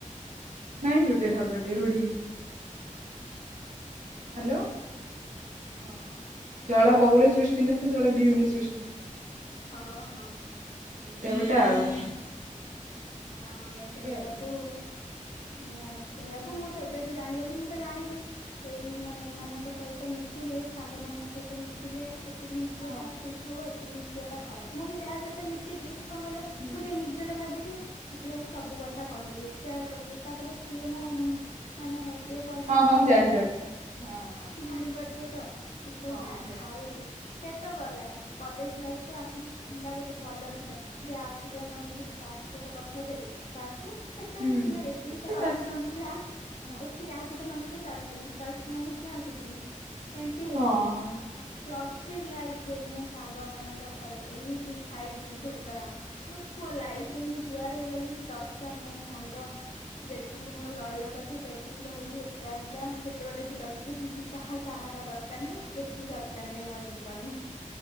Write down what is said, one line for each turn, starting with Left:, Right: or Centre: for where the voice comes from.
Right: ନାଇଁ, ଗୋଟେ ଢଗ ଟେ ରୁଢି।
Left: ହଁ
Right: ହ୍ୟାଲୋ! ହଁ, ଜଳ ବହୁଳେ ସୃଷ୍ଟି ନାଶ, ଜଳ ବିହୁନେ ସୃଷ୍ଟି ନାଶ।
Left: ହଁ, ହଁ।
Right: <unintelligible>
Left: ହଁ,
Right: ସେଇଆ ହୁଏ
Left: ସେଇଆକୁ
Right: ଆଉ
Left: ହଁ, ସେଇଆାକୁ ମୁଁ ସେବେଠୁ ଜାଣିଗଲି, ମୁଁ ତ ଜାଣିଲି। ଏଇ ମାନେ ଏମାନଙ୍କ ସହିତ ମିଶିଲେ, ସାଙ୍ଗ ମାନଙ୍କ ସହିତ ମିଶିଲେ। ଏତିକି ମିଶିବାଟା
Right: ହଁ
Left: ଠିକ୍ ହବ, ଏତିକି ମିଶିବାଟା ଖରାପ। ମୁଁ ବି ଯାହା ସହିତ ମିଶିଛି କଣ କହିଲ!
Right: ହୁଁ
Left: ମୁଁ ଟିକେ ନିଜର ଭାବିଦିଏ। ସେଥିଲାଗି ସବୁ କଥା କହିଦିଏ, ସେୟାର କରିଦିଏ। ତାପଲେ ସିଏ ମୋମ୍ ମାନେ ଇଏ କରିଦିଅନ୍ତି
Right: ହଁ ହଁ
Left: ବୋଲି
Right: ଜାଣିପାରୁଛି
Left: ମୁଁ
Right: ହଁ ହଁ।
Left: ଜାଣିପାରୁଛ ତ ସେଥିଲାଗି,
Right: ହଁ
Left: ନା,
Right: ମୁଁ ଜାଣି
Left: ନା, ଆଉ ସେ ତ ଗଲା। କଲେଜ ଲାଇଫ୍ ତ ଆଟଲିଷ୍ଟ ଥିଲା ଗୋଟେ ଭଲ ଥିଲା, ଦେ ଆ ସହିତ ନ ମିଶିଲି ତା ସହିତ କଥ୍ ଥାଇପାରିବୁ, ତା <unintelligible> ସେତେବେଳେ
Right: ହୁଁ
Left: ଏତିକି
Right: ଏତେ
Left: ସାରା ଅପ୍ସନ ଥିଲା,
Right: ହଁ।
Left: ଏତ୍ ଟିକେ ଆ ସହିତ ନ ମିଶିଲେ, ତା ସହିତ ମିଶ ତା ସହିତ ନ ମିିଶିଲେ, ଆ ସହିତ ମିଶ୍। ଏମିତି ହେଇଯାଉଥିଲା।
Right: ହଁ।
Left: ପ୍ଲସ୍ ଥ୍ରୀ ଲାଇଫ୍ ରେ, ମୁଁ ସାଙ୍ଗମାନଙ୍କ ଠାରୁ ଏମିତି ଖାଇଛି ଧୋକ୍ କା ମୋ ଲାଇଫ୍ ରେ, ମୁଁ ଜୁଆର ହେଇଗଲି, ଦରକାର ନାହିଁ ସାଙ୍ଗ। ଯେତିକି ମୋର ରହିବା କଥା, ସେତିକି ରହିବି ଏକା ଏକା ଯେତେ ବାଟେ ଯିବା କଥା ଯିବି। କାହା ସାହାରା ଦରକାର ନାହିଁ। କେହି ଦରକାର ନାହିଁ ଆଉ ଜୀବନେ।